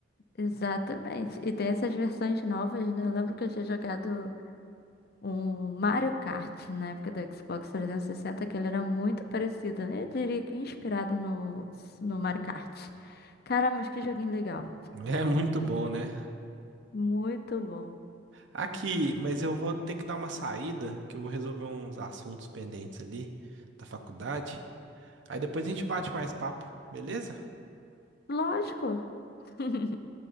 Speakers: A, on the left; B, on the right.
A: Exatamente. E tem essas versões novas, né? Eu lembro que eu tinha jogado O Mario Kart, na época do Xbox 360, que ele era muito parecido. né? Eu diria que inspirado no, no Mario Kart. Cara, mas que joguinho legal.
B: É muito bom, né?
A: Muito bom.
B: Aqui, mas eu vou ter que dar uma saída, que eu vou resolver uns assuntos pendentes ali da faculdade. Aí depois a gente bate mais papo, beleza?
A: Lógico, <laughs>